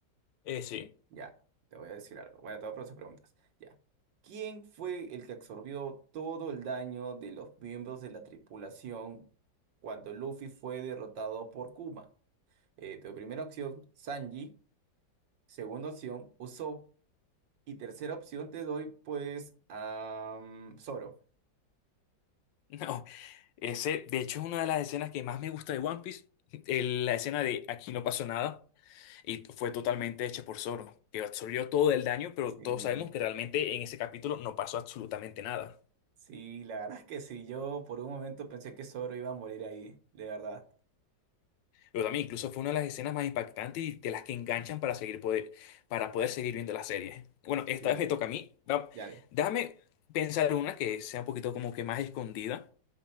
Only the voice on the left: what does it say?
Eh, sí.
<laughs> No, Ese, de hecho, es una de las escenas que más me gusta de One Piece. <laughs> El- la escena de aquí no pasó nada y t- fue totalmente hecha por Zoro, que absorbió todo el daño, pero
todos sabemos que realmente en ese capítulo no pasó absolutamente nada.
Pero también incluso fue una de las escenas más impactantes y de las que enganchan para seguir poder, para poder seguir viendo la serie. Bueno, esta
vez me toca a mí. Va-
Déjame pensar una que sea un poquito como que más escondida.